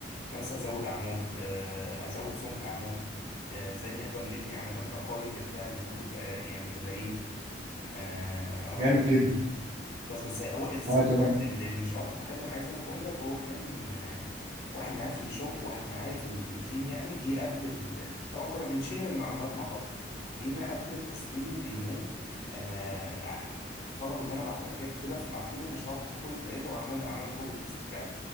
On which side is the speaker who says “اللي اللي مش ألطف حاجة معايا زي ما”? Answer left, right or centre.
Left